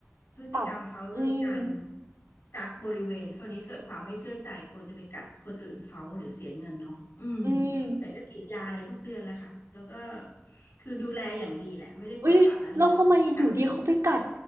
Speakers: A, on the left (about 55°); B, on the right (about 85°).
A: พฤติกรรมเขาโดยการ
B: ปรับอืม
A: กักบริเวณคราวนี้เกิดความไม่เชื่อใจกลัวจะไปกัดคนอื่นเขาเดี๋ยวเสียเงินเนาะอืม
B: อืม
A: แต่ก็ฉีดยาอะไรทุกเดือนแหล้วค่ะแล้วก็คือดูแลอย่างดีแหละไม่ได้ปล่อยปละละเลยแต่ว่ากักบริเวณ
B: อุ้ยแล้วทำไมอยู่ดีเขาไปกัด